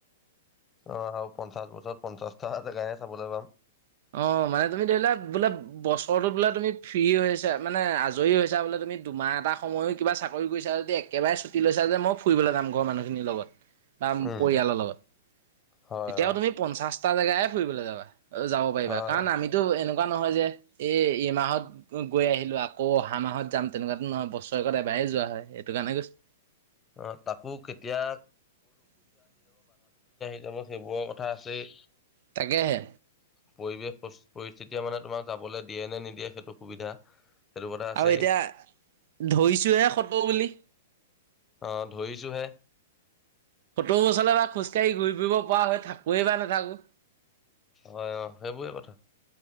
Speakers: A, on the left; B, on the right.
A: অহ' আৰু পঞ্চাশ বছৰত পঞ্চাশটা জেগাহে চাবলৈ পাম।
B: অহ' মানে তুমি ধৰিলোৱা, বোলে বছৰটোত বোলে তুমি ফ্ৰী হৈছা, মানে আজৰি হৈছো বোলে তু তুমি দুমাহ এটা সময়ো কিবা চাকৰি কৰিছা যদি, একেবাৰে ছুটি লৈছা যে, মই ফুৰিবলৈ যাম ঘৰৰ মানুহখিনিৰ লগত। বা
A: উম
B: পৰিয়ালৰ লগত,
A: হয়
B: তেতিয়াও
A: অ
B: তুমি পঞ্চাশটা জেগাহে ফুৰিবলৈ যাবা। যাব পাৰিবা
A: হয়
B: কাৰণ, আমিতো এনেকুৱা নহয় যে, এই এইমাহত গৈ আহিলো আ আকৌ, অহা মাহত যাম তেনেকুৱাতো নহয়, বছৰেকত এবাৰেই যোৱা হয়, এইটো কাৰণে কৈছো।
A: অ তাকো কেতিয়া এতিয়া মোৰ সেইবোৰৰ কথা আছে‌ই।
B: তাকেহে।
A: পৰিৱেশ পৰিস্থিতিয়ে মানে তোমাক যাবলৈ দিয়ে নে নিদিয়ে সেইটো সুবিধা। সেইটো কথা আছেই
B: আৰু এতিয়া ধৰিছো হে, সত্তৰ বুলি।
A: অহ' ধৰিছো হে।
B: সত্তৰ বছলে বা খোজকাঢ়ি ঘূৰি ফুৰিব পৰা হৈ থাকোৱেই বা নাথাকো।
A: হয় অ' সেইবোৰেই কথা।